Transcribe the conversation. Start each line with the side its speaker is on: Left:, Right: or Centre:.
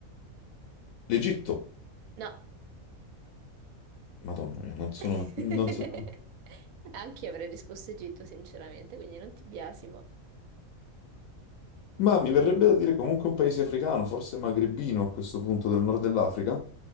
Left: L'Egitto,
Right: No.
Left: Madonna mia, non sono...
Right: <laughs>
Left: Non sono...
Right: Anche io avrei risposto Egitto, sinceramente, quindi non ti biasimo.
Left: Ma mi verrebbe da dire comunque un paese africano, forse magrebino a questo punto del nord dell'Africa,